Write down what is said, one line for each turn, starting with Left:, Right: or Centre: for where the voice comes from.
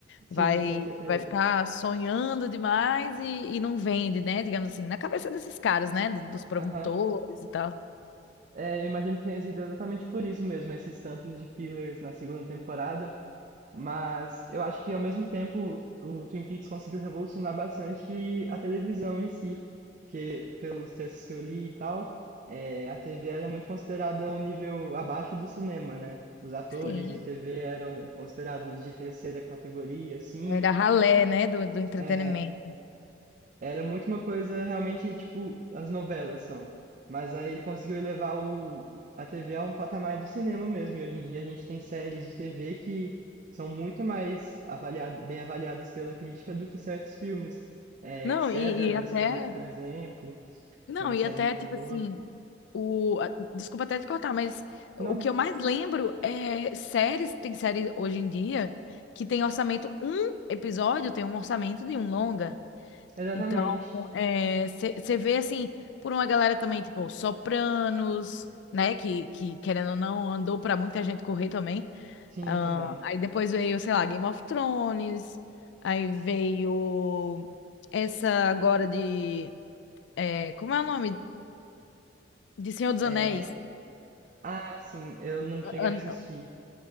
Right: Sim,
Left: Vai,
Right: com certeza.
Left: vai ficar sonhando demais e, e não vende, né? Digamos assim, na cabeça desses caras, né? do- Dos produtores
Right: Aham.
Left: e tal.
Right: É, eu imagino que tenha sido exatamente por isso mesmo, esses tantos de fillers na segunda temporada. Mas eu acho que ao mesmo tempo o Twin Peaks conseguiu revolucionar bastante a televisão em si, porque pelos textos que eu li e tal, eh, a TV era muito considerada um nível abaixo do cinema, né? Os atores
Left: Sim.
Right: de TV eram considerados de terceira categoria, assim.
Left: É da ralé, né? Do, do entretenimento.
Right: é, era muito uma coisa realmente tipo as novelas são. Mas aí ele conseguiu elevar o, a TV a um patamar do cinema mesmo. E hoje em dia a gente tem séries de TV que são muito mais avaliado, bem avaliadas pela crítica do que certos filmes. É,
Left: Não,
Right: Severance,
Left: e, e até.
Right: por, e- por exemplo,
Left: Não,
Right: é uma
Left: e
Right: série
Left: até,
Right: muito
Left: tipo
Right: boa.
Left: assim. O, a- desculpa até te cortar, mas
Right: Não,
Left: o que eu mais lembro é séries. Tem série hoje em dia que tem orçamento. Um episódio tem um orçamento de um longa.
Right: exatamente.
Left: Então, você vê assim, por uma galera também, tipo, sopranos, né? Que, que querendo ou não, andou pra muita gente correr também.
Right: Sim,
Left: Ah,
Right: também.
Left: aí depois veio, sei lá, Game of Thrones. Aí veio essa agora de. é, como é o nome? De Senhor dos
Right: É,
Left: Anéis.
Right: ah, sim, eu não cheguei
Left: An-
Right: a assistir.